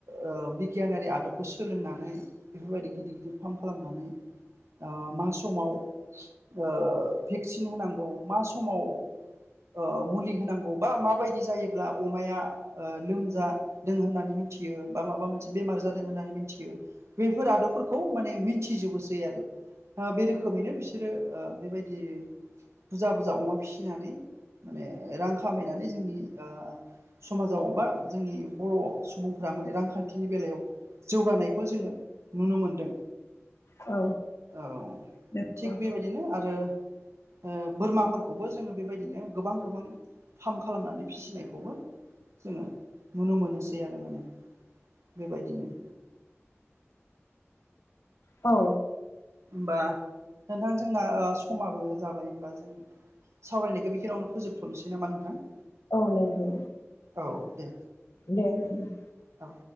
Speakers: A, on the right (about 75°); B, on the left (about 85°).
A: ओ बिगियानारि आदबखौ स सोलोंनानै बेफोरबायदि गिदिर गिदिर फार्म खालामनानै ओ मा समाव ओ भेक्सिन होनांगौ मा समाव ओ मुलि होनांगौ बा माबायदि जायोब्ला अमाया ओ लोमजा दों होननानै मिथियो बा माबा मोनसे बेमार जादों होननानै मिथियो बेफोर आदबफोरखौ माने मिथिजोबोसै आरो ओ बे रोखोमैनो बिस रो ओ बेबायदि बुजा बुजा अमा फिसिनानै माने रां खामायनानै जोंनि ओ समाजाव बा जोंनि बर' सुबुंफोरा माने रांखान्थिनि बेलायाव जौगानाय खौबो जोङो नुनो मोनदों
B: औ
A: औ
B: नंगौ
A: थिग बेबायदिनो आरो ओ बोरमाफोरखौबो जोङो बेबायदिनो गोबां गोबां फार्म खालामनानै फिसिनायखौबो जोङो नुनो मोनोसै आरो माने बेबायदिनो
B: औ
A: होमबा नोंथां जोंना ओ समाबो जाबाय होनबा जों सावरायनायखो बेखिनावनो फोजोबथ'नोसै नामा नोंथां
B: औ नंगौ
A: औ दे
B: दे बिदिबा
A: औ